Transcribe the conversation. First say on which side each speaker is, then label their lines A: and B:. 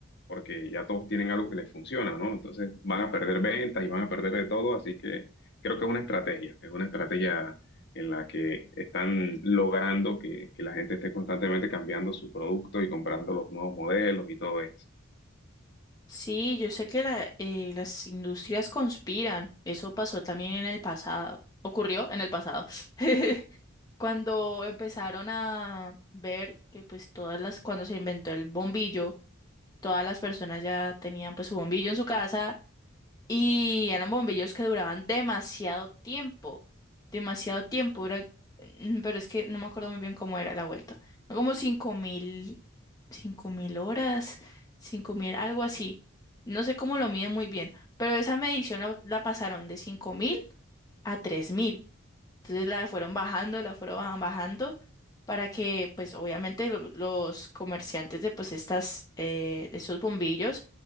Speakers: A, on the left (about 55°); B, on the left (about 20°).
A: porque ya todos tienen algo que les funciona, ¿no? Entonces van a perder ventas y van a perder de todo, así que creo que es una estrategia, es una estrategia en la que están logrando que, que la gente esté constantemente cambiando su producto y comprando los nuevos modelos y todo esto.
B: Sí, yo sé que la- eh, las industrias conspiran, eso pasó también en el pasado, ocurrió en el pasado. <laughs> Cuando empezaron a ver que pues todas las, cuando se inventó el bombillo, todas las personas ya tenían pues su bombillo en su casa y eran bombillos que duraban demasiado tiempo, demasiado tiempo, era, mm, pero es que no me acuerdo muy bien cómo era la vuelta, como cinco mil, cinco mil horas, cinco mil, algo así, no sé cómo lo miden muy bien, pero esa medición la, la pasaron de cinco mil a tres mil entonces la fueron bajando, la fueron bajan- bajando para que pues obviamente lo- los comerciantes de pues estas, eh, de esos bombillos